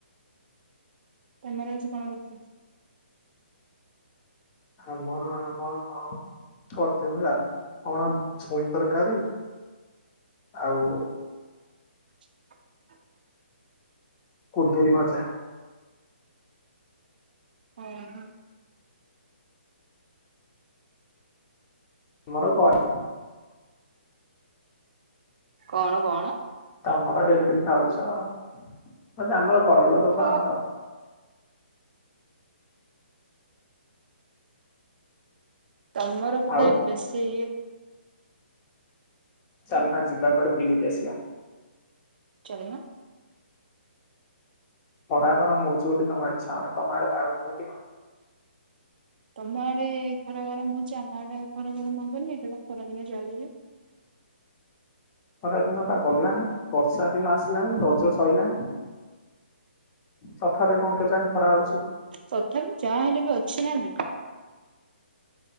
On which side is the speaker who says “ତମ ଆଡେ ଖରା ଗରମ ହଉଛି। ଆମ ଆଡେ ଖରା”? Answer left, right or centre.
Right